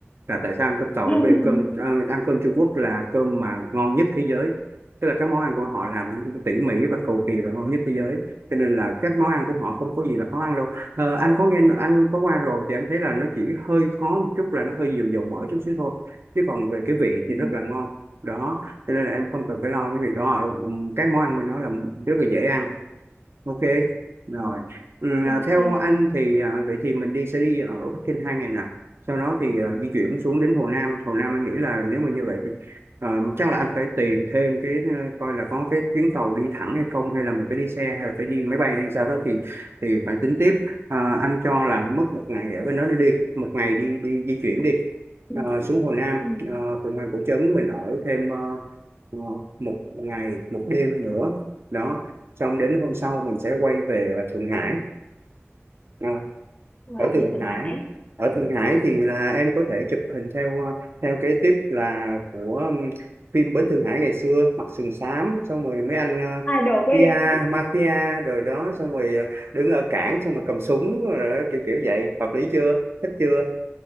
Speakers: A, on the right; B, on the left.
A: là tại sao ăn cơm tàu
B: <laughs>
A: là bởi vì cơm ăn, ăn cơm Trung Quốc là cơm mà ngon nhất thế giới tức là các món ăn của họ làm tỉ mỉ và cầu kỳ và ngon nhất thế giới cho nên là các món ăn của họ không có gì là khó ăn đâu Ờ, anh có nghe anh có qua rồi thì anh thấy là nó chỉ hơi khó một chút là nó hơi nhiều dầu mỡ chút xíu thôi chứ còn về cái vị
B: ừ.
A: thì rất là ngon đó cho nên là em không cần phải lo cái việc đó Ờ, Ừm, các món ăn bên đó là rất là dễ ăn ok rồi
B: ừ.
A: ừ,
B: ok
A: à, theo anh thì à, vậy thì mình đi sẽ đi ở Bắc Kinh hai ngày nè sau đó thì à, di chuyển xuống đến Hồ Nam Hồ Nam anh nghĩ là nếu mà như vậy thì à, chắc là anh phải tìm thêm cái ờ, coi là có cái chuyến tàu đi thẳng hay không hay là mình phải đi xe hay là phải đi máy bay hay sao đó thì thì phải tính tiếp à, anh cho là mất một ngày ở bên đó để đi một ngày đi đi di chuyển đi
B: ừ.
A: Ờ, xuống Hồ Nam
B: Ừ.
A: uh, Phượng Hoàng Cổ Trấn mình ở thêm ờ, ờ, một ngày một đêm nữa đó xong đến hôm sau mình sẽ quay về ờ, Thượng Hải Ờ,
B: wow
A: ở Thượng
B: đi Thượng
A: Hải
B: Hải
A: ở Thượng Hải thì là em có thể chụp hình theo ờ, theo kế tiếp là của ừm, phim Bến Thượng Hải ngày xưa mặc sừng xám xong rồi mấy anh ờ,
B: idol của
A: Mafia,
B: em
A: mafia rồi đó xong rồi ờ, đứng ở cảng xong rồi cầm súng rồi đó, kiểu kiểu vậy hợp lý chưa thích chưa